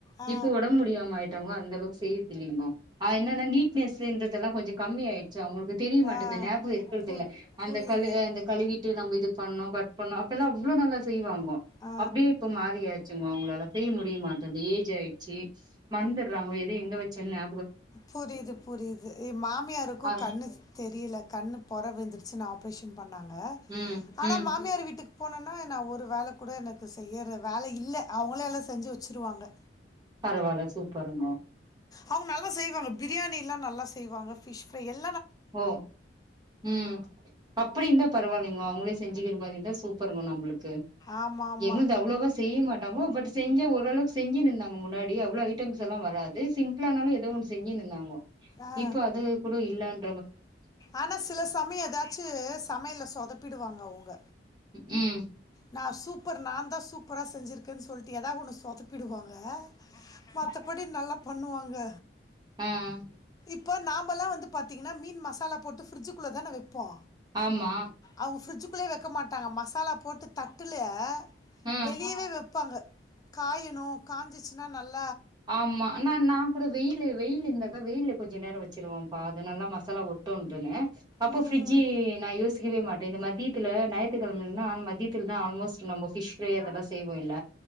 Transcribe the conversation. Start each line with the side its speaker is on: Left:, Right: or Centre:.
Left: ஆ
Right: இப்போ ஒடம்ப் முடியாம ஆயிட் <unintelligible> அந்த அளவுக்கு செய்றதில்லிங்கோ ஆ என்னனா நீ்ட்னஸ்ன்றதெல்லா கொஞ்சோ கம்மி ஆயி ச்சு அவுங்களுக்கு தெரிய மாட்டேது
Left: ஆ
Right: நாபகோ இருக்குறது
Left: பு
Right: இல்ல அந்த
Left: புரியுது
Right: கழு அந்த கழுவிட்டு நம்ப இது பண்ணு கட் பண்ணு அப்பல்லா அவ்ளோ நல்ல செய் வாங்கோ
Left: ஆ
Right: அப்டியே இப்ப மாறியாச்சுங்கோ அவுங்களால செய்ய முடி தெரியமாட்டது ஏஜ் ஆயிட்ச்சி மந்தர்றாங்கொ எத எங்க வெச்சன் ஞா
Left: புரிது புரிது எ மாமியாருக்கு
Right: ஆ,
Left: கண்ணு தெரியில கண்ணு பொற விழுந்து ச்சின் ஆப்ரேஷன் பண்ணாங்க
Right: ம்
Left: ஆனா
Right: ம்
Left: மாமியார் வீட்டுக் போனன்னா நா ஒரு வேல கூட எனக்கு செய்யற வேல இல்ல அவுங்களே எல்லா செஞ்சு வெச்சிருவாங்க
Right: பரவால்ல சூப்பருங்க
Left: அவங்க நல்லா செய்வாங்க பிரியாணி எல்லா நல்லா செய்வா வாங்க ஃபிஷ் ஃப்ரை எல்
Right: ஓ ம் அப்பிடி இந்த பரவால்லைங்கோ அவுங்களே செஞ்சுகிற மாரிந்தா சூப்பருங்கோ நம்புளுக் கு
Left: ஆமா ஆமா
Right: எங்குள்து அவ்ளோவா செய்ய மாட்டாங்கோ பட் செஞ்சா ஒரளவுக் செஞ்சுனுந்தாங்கோ முன்னாடி அவ்ளோ ஐட்டம்ஸ் எல்லா வராது சிம்ப்ளானாலு எதோ ஒன் செஞ்சுனுந்தாங்கோ
Left: ஆ
Right: இப்ப அது கூட இல்லன்
Left: ஆனா சில சமய எதாச்சு சமையல்ல சொதப்பிடுவாங்க அவுங்க
Right: ம்
Left: நா சூப்பர் நாந்தா சூப்பரா செஞ்சிருக்கேன் சொல்ட்டு எதா ஒன்னு சொதப் பிடுவாங்க மத்தப்படி நல்லா பண்ணுவா ங்க
Right: ம்
Left: இப்ப நாம்பல்லா வந்து பாத்தீங்கனா மீன் மசாலா போட்டு ஃபிரிட்ஜுக்குள்ள தான வெப் போ
Right: ஆமா
Left: அவுங்க ஃபிரிட்ஜ் குள்யே வெக்க மாட்டாங்க மசாலா தட்டுலயே
Right: ஆ
Left: வெளியவே வெப் ப்பாங்க காயணு காஞ்சிசினா நல்
Right: ஆமா நா நா கூட வெயிலு வெயிலு இந்தாக்கா வெயில்ல கொஞ்ச நேரோ வெச்சிருவம்ப்பா அது நல்லா மசாலா ஒட்டுன்டுனு அப்போ
Left: ம்
Right: ஃபிரிஜ்ஜி நா யோசிக்கவே மா டு இந்த மத்தியத்தில ஞாயித்துக்கெழமன்னா ஆன் மத்தியத்தில்தா ஆல்மோஸ்ட்டு நம்போ ஃபிஸ்ஃபிரையே அப்பதா செய்வோ இல்ல